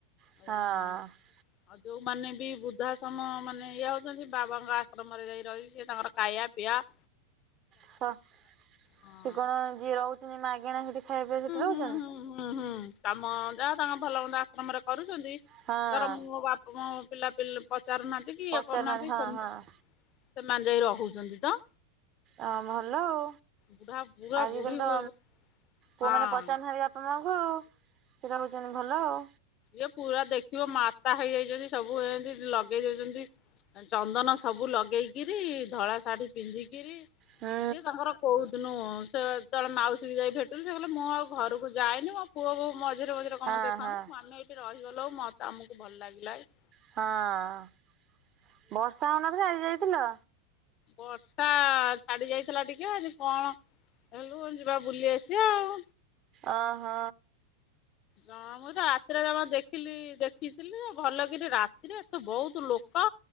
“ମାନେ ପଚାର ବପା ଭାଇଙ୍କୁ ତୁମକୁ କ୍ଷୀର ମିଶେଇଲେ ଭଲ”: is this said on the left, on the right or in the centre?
Right